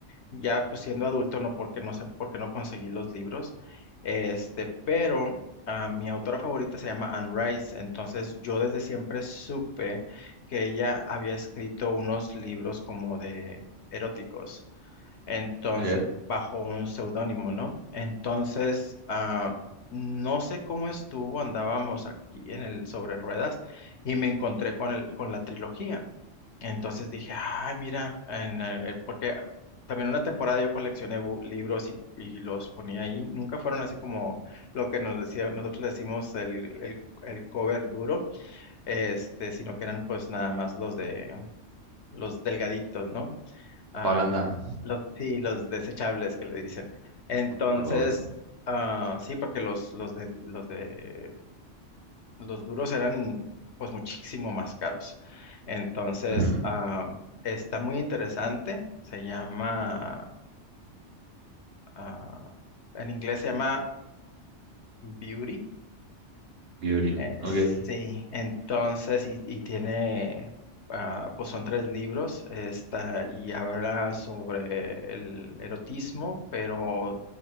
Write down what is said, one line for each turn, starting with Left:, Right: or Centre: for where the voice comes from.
Left: ya pues siendo adulto, no porque no sé por qué no conseguí los libros, este, pero ah, mi autora favorita se llama Anne Rice, entonces yo desde siempre supe que ella había escrito unos libros como de eróticos. Entonces,
Right: Okay.
Left: bajo un seudónimo, ¿no? Entonces, ah, no sé cómo estuvo, andábamos aquí en el sobre ruedas y me encontré con el, con la trilogía. Entonces dije, ay, mira, en, eh, eh, porque también una temporada yo coleccioné bu- libros y, y los ponía ahí. Nunca fueron así como lo que nos decía, nosotros decimos el, el, el cover duro, este, sino que eran pues nada más los de los delgaditos, ¿no? ah,
Right: A Pablo Andam.
Left: los, sí, los desechables que le dicen. Entonces,
Right: Tampoco.
Left: ah, sí, porque los, los de, los de, los duros eran pues muchísimo más caros. Entonces,
Right: Ujú.
Left: ah, está muy interesante. Se llama, ah, en inglés se llama Beauty.
Right: Beauty.
Left: Eh, sí,
Right: Okay.
Left: entonces, y, y tiene, ah, pues son tres libros, está, y habla sobre el erotismo, pero